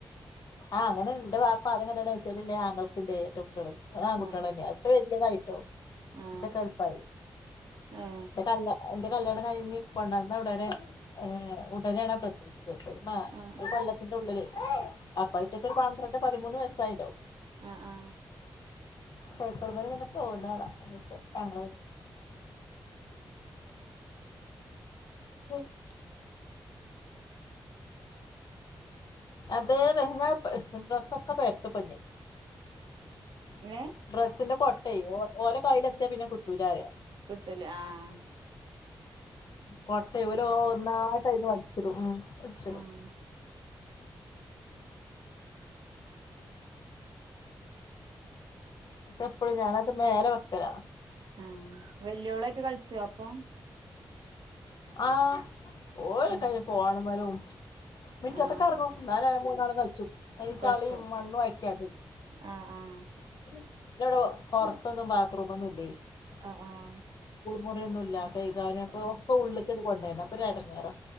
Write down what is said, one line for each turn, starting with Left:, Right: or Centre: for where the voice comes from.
Left: ആഹ് അങ്ങനെണ്ട്ന്റെ ബാപ്പാ ആദ്യംകല്യണം കഴിചേലുള്ള ആ ങ്ങൾക്കുണ്ട് ഏരട്ടകുട്ടികള് അത് ആൺട്ടികളന്നായാ
Right: ആ
Left: ഇപ്പൊ വലിയതായി ട്ടോ
Right: ആ
Left: സ്റ്റക്കായി പായി
Right: ആ ഏ
Left: എന്നിട്ട് അല്ല കല്യാണം കഴിഞ്ഞ് കൊണ്ടന്ന ഉടനെ ഏ ഉടനെണ് പ്രത്യേക
Right: ആ
Left: കൊള്ളത്തി <unintelligible> ഉള്ളിൽ അപ്പായിട്ടൊരു ഒരു പാത്രം പതിമൂന്ന് വയസ്സായിണ്ടാവും
Right: ആഹ ആഹ
Left: സൈക്കൾമല് ഇങ്ങനെ പോകുന്നതുകാണാം <unintelligible> <unintelligible> അത ങ്ങ ഡ്രെസ്സൊക്കെ പരത്ത്പ <inaudible>
Right: ഏ
Left: ഡ്രസ്സിന്റെ കൊ ഓ ഓല കയ്ലെത്തിയാ പിന്നെ കിട്ടൂലറിയ
Right: കിട്ടൽ ആഹ
Left: കോട്ട ഓൽ ഒന്നായിട്ടായിന്ന് വലിച്ചിടും ഉം വലിച്ചിടും
Right: ആ
Left: എപ്പഴും ഞാനത് നേരെ വെക്കല
Right: ആഹ വല്ലിയോള കളിച്ചോ ഒപ്പം
Left: ആ ഓലൊക്കെ
Right: ഉം
Left: ഫോണെമലും മിറ്റത്ത്ക്കറങ്ങും
Right: ആഹ്
Left: എന്നാൽ മൂന്നാളും കളിച്ചും അയിന്ചളി
Right: കളിച്ചു
Left: മണ്ണ് ആക്കിയാണ്ട്
Right: ആഹ് ആഹ്
Left: പിന്നവിടെ പുറത്തൊന്നും ബാത്റൂം ഒന്നുഇല്ലേ സ്കൂൾ
Right: ആഹ്
Left: മുറിയൊന്നുയില്ല കൈ കാൻ അപ്പോ
Right: ആഹ്
Left: ഉള്ളത് യിത് പോണ്ടേ അപ്പൊ ഒരു എടങ്ങേറാണ്